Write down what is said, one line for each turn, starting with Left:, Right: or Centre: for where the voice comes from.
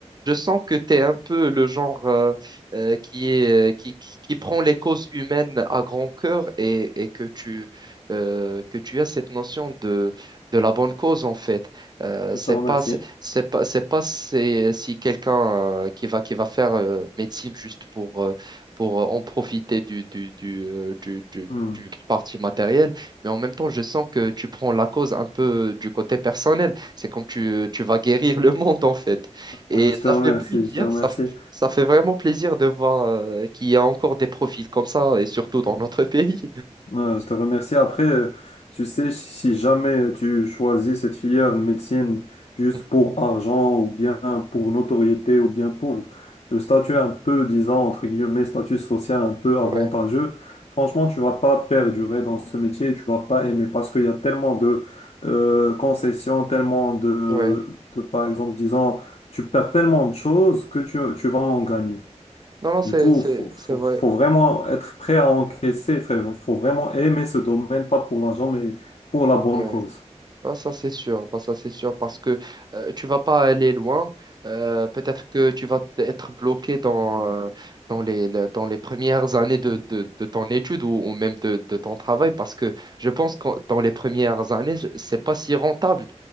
Right: je sens que tu es un peu le genre euh, euh, qui est, euh, qui, qui, qui prend les causes humaines à grand cœur et, et que tu, euh, que tu as cette notion de, de la bonne cause en fait. Euh,
Left: Je
Right: c'est
Left: te remercie.
Right: pas, c'est c'est pas, c'est pas si, si quelqu'un euh, qui va, qui va faire euh, médecine juste pour, euh, pour en profiter du, du, du, euh, du, du-
Left: Hmm.
Right: du parti matériel, mais en même temps, je sens que tu prends la cause un peu du côté personnel. C'est comme tu, tu vas guérir le monde en fait. Et
Left: Je te
Right: ça
Left: remercie,
Right: fait plaisir,
Left: je te remercie.
Right: ça fait, ça fait vraiment plaisir de voir euh, qu'il y a encore des profils comme ça, et surtout dans notre pays.
Left: Euh, je te remercie. Après, euh, tu sais, si jamais tu choisis cette filière médecine juste
Right: <laughs>
Left: pour argent ou bien pour notoriété ou bien pour le statut un peu, disons, entre guillemets, statut social un peu avantageux,
Right: Ouais,
Left: franchement, tu vas pas perdurer dans ce métier, tu vas pas aimer parce qu'il y a tellement de euh, concessions, tellement de,
Right: ouais.
Left: de, par exemple, disons, tu perds tellement de choses que tu, tu vas en gagner.
Right: Non, non, c'est,
Left: Du coup,
Right: c'est,
Left: faut, faut,
Right: c'est vrai.
Left: faut vraiment être prêt à encaisser, faut, faut vraiment aimer ce domaine, pas pour l'argent, mais pour la bonne
Right: Ouais.
Left: cause.
Right: Ah, ça, c'est sûr. Bah, ça, c'est sûr parce que euh, tu vas pas aller loin. Euh, peut-être que tu vas t- être bloqué dans, euh, dans les, le- dans les premières années de, de, de ton étude ou, ou même de, de ton travail parce que je pense que dans les premières années, je- c'est pas si rentable.